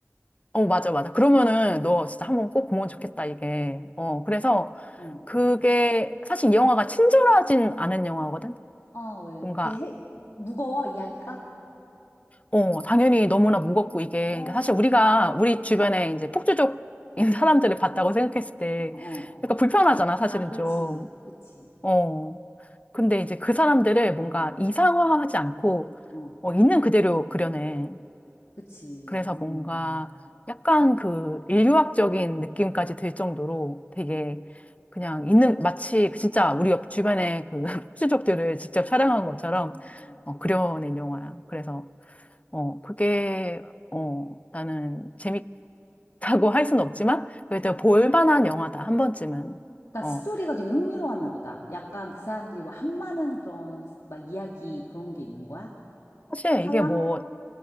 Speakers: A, on the left; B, on the left.
A: 어, 맞아, 맞아. 그러면은 너 진짜 한번 꼭 보면 좋겠다, 이게. 어, 그래서
B: 응.
A: 그게 사실 이 영화가 친절하진 않은 영화거든?
B: 어, 왜?
A: 뭔가
B: 그게 해, 무거워, 이야기가?
A: 어, 당연히
B: 음,
A: 너무나 무겁고 이게,
B: 어,
A: 그러니까 사실
B: 안,
A: 우리가 우리 주변에
B: 음,
A: 이제 폭주족인 사람들을 봤다고 생각했을 때,
B: 어.
A: 그러니까 불편하잖아, 사실은
B: 아, 그치.
A: 좀.
B: 그치.
A: 어. 근데 이제 그 사람들을 뭔가 이상화하지 않고,
B: 어,
A: 어, 있는 그대로 그려내.
B: 그치.
A: 그래서
B: 음.
A: 뭔가 약간
B: 음,
A: 그 인류학적인 느낌까지 들 정도로 되게
B: 어.
A: 그냥 있는, 마치 그 진짜 우리 옆 주변에 그 <laughs> 폭주족들을 직접 촬영한 것처럼
B: 아.
A: 어, 그려낸 영화야. 그래서 어, 그게, 어, 나는 재밌다고 <laughs> 할 수는 없지만, 그래도 볼만한 영화다, 한 번쯤은.
B: 그러니까
A: 어,
B: 스토리가 되게 흥미로웠나 보다. 약간 그 사람들이 뭐 한마는 그런 막 이야기 그런 게 있는 거야?
A: 사실
B: 사연?
A: 이게 뭐,